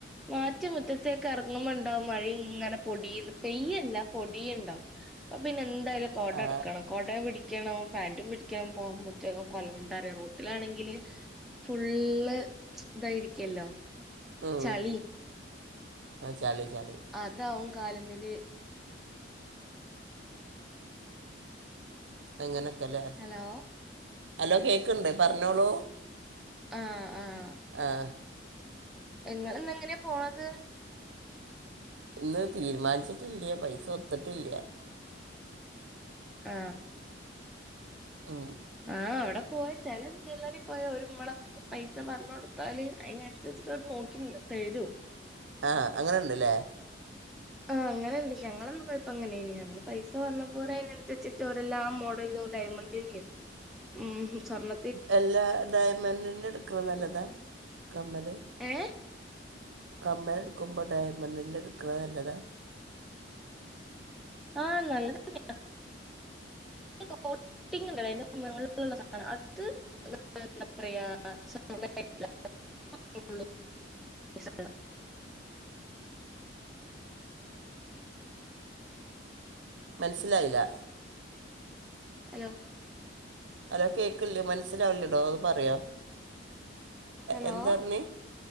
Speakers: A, in the centre; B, on the right.
A: മാറ്റി മുറ്റത്തേക്ക് ഇറങ്ങുമ്പോണ്ടാവും മഴ ഇങ്ങനെ പൊടീന്ന് പെയ്യല്ല പൊടിയുണ്ടാവും അപ്പൊ പിന്നെ എന്തായാലും കൊട
B: ആ
A: എടുക്കണം കൊടയും പിടിക്കണം പാന്റും പിടിക്കണം പോകുമ്പോത്തേകും കൊ ആരോറൂട്ടിലാണെങ്കില് ഫുള്ള് ഇതായിരിക്കല്ലോ.
B: ഉം
A: ചളി
B: ചളി ചളി
A: അതാവും കാലിമേല്
B: അങ്ങനക്കല്ലേ
A: ഹലോ
B: അലോ കേക്കണ്ട് പറഞ്ഞോളൂ
A: ആഹ് ആഹ്
B: ആഹ്
A: ഇങ്ങള് ന്നെങ്ങനെ പോണത്?
B: ഇന്ന് തീരുമാനിച്ചിട്ടില്ല പൈസ ഒത്ത്ട്ടില്ല.
A: ആ
B: ആ
A: ആ അവിടെ പോയചെലെ ജ്വല്ലറി ഇപ്പൊ ഒരു മ്മളം പൈസ പറഞ്ഞൊടുത്താല് അയ്നനുസരിച്ചിട്ട് ഓര് നോക്കി തരും
B: ആ അങ്ങനെണ്ട്ല്ലേ
A: ആഹ് അങ്ങനെ ഉണ്ട് ഞങ്ങളൊക്കെ പോയപ്പോ അങ്ങനെയനി ഞങ്ങള് പൈസ പറഞ്ഞ പോ അതിനനുസരിച്ചിട്ടോരെല്ലാം ആ മോഡലും ഡയമണ്ട്. <unintelligible> സ്വർണ
B: അല്ലാ ഡയമണ്ടി ന്റെ എടുക്ണ നല്ലതാ കമ്മല്
A: ഏ
B: കമ്മലടുക്കുമ്പോ ഡയമണ്ടിന്റെ എടുക്കണ നല്ലതാ.
A: ആഹ് നല്ലതന്നെയ <unintelligible> <unintelligible> <inaudible> <unintelligible>
B: മൻസ്സിലായില്ല.
A: ഹലോ.
B: അലോ കേക്കില്ലേ മനസ്സിലാവില്ലടോ പറയോ
A: ഹലോ
B: എന്താറഞ്ഞി?